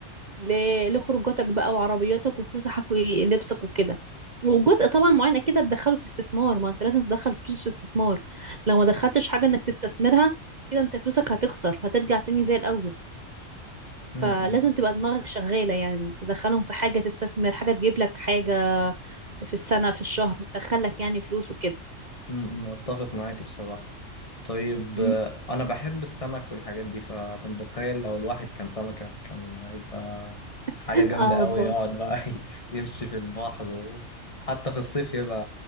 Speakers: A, on the right (about 40°); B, on the left (about 30°).
A: ل- لخروجاتك بقى وعربياتك وفسحك ولبسك وكده وجزء طبعا معين اكيد هتدخله في استثمار ما انت لازم تدخل فلوس في استثمار لو ما دخلتش حاجة انك تستثمرها كده انت فلوسك هتخسر وهترجع تاني زي الاول
B: م- م.
A: فلازم تبقى دماغك شغالة يعني تدخلهم في حاجة تستثمر حاجة تجيب لك حاجة في السنة في الشهر تدخلك يعني فلوس وكده
B: أمم، أتفق معاك بصراحة طيب
A: مم.
B: آه، أنا بحب السمك والحاجات دي فكنت بتخيل لو الواحد كان سمكة كان هيبقى حاجة
A: <laughs>
B: جامدة
A: اه والله
B: أوي يقعد بقى <laughs> يمشي في البحر و- حتى في الصيف يبقى